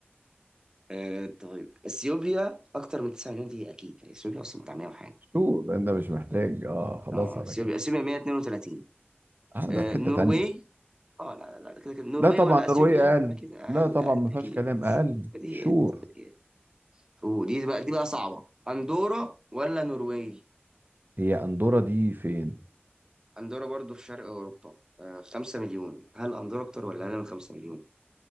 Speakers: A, on the right (about 20°); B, on the right (about 50°).
A: اه طيب اثيوبيا اكتر من 9 مليون دي اكيد يعني اثيوبيا اصلا بتاع 100 وحاجه
B: شو انت مش محتاج اه خلاص
A: اه
B: على
A: اثيوبيا
B: كده
A: اثيوبيا 132
B: اه
A: آه،
B: ده في حته
A: النرويج
B: تانيه
A: اه لا لا كده كده النرويج
B: لا طبعا
A: ولا اثيوبيا
B: نرويج اقل
A: اكيد اقل
B: لا طبعا
A: أقل،
B: ما فيهاش
A: اكيد
B: كلام اقل
A: بديهيات
B: شور
A: بديهيات ودي بقى دي بقى صعبة اندورا ولا نرويج
B: هي اندورا دي فين
A: اندورا برضو في شرق اوروبا آه، خمسة مليون هل اندورا اكتر ولا انا من خمسة مليون